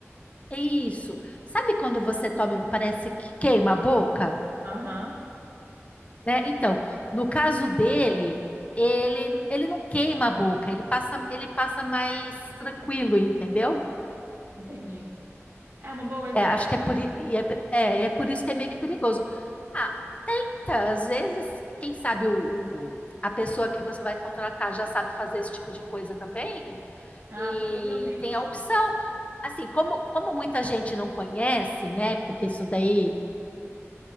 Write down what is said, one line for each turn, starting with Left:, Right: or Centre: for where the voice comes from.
Left: é isso. Sabe quando você toma e parece que queima a boca,
Right: Aham,
Left: né? Então, no caso dele, ele, ele não queima a boca, ele passa, ele passa mais tranquilo, entendeu?
Right: entendi. É uma boa ideia.
Left: É, acho que é por, i- e é, per- é, e é por isso que é meio que perigoso. Ah, tá, às vezes, quem sabe o, o- a pessoa que você vai contratar já sabe fazer esse tipo de coisa também
Right: Ah,
Left: e
Right: provavelmente.
Left: tem a opção. Assim, como, como muita gente não conhece, né? Porque isso daí